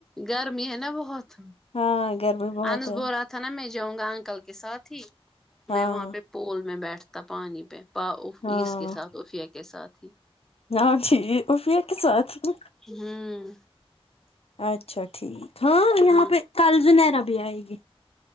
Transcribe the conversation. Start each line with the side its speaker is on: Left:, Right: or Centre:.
Centre: گرمی ہے نا بہت
Left: ہاں گرمی بہت
Centre: انس
Left: ہے
Centre: بول رہا تھا نا میں جاؤں گا انکل کے ساتھ ہی
Left: ہاں
Centre: میں وہاں پہ پول میں بیٹھتا پانی پہ پا اف
Left: ہاں
Centre: اس کے ساتھ افیہ کے ساتھ ہی
Left: ہاں ٹھیک افیہ کی سات ہی
Centre: ہوں
Left: اچھا ٹھیک ہاں یہاں
Centre: ہوں
Left: پہ کل زنیرا بھی آئے گی